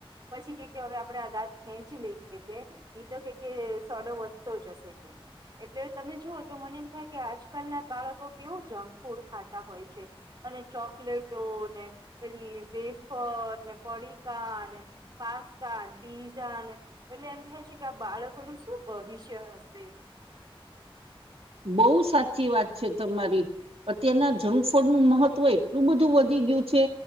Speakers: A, on the right (about 45°); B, on the right (about 80°).
A: પછી ક કે હવે આપણેે દાંત ખેંચી લઈ કે નહી, તો કે સોડો વધતો જશે કે. એટલે તમે જુઓ તો, મને એમ થાય કે, આજકાલ ના બાળકો કેવું જંક ફૂડ ખાતા હોય છે. અને ચોકલેટો ને, પેલી વેફર પડીકા ને. પાસતા. પીઝાને એટલે એમ થાય છે કે, આ બાળકોનું શું ભવિષ્ય હશે.
B: બહુ સાચી વાત છે, તમારી. અત્યારના જંક ફૂડ નું મહત્વ એટલું બધું વધી ગયું છે.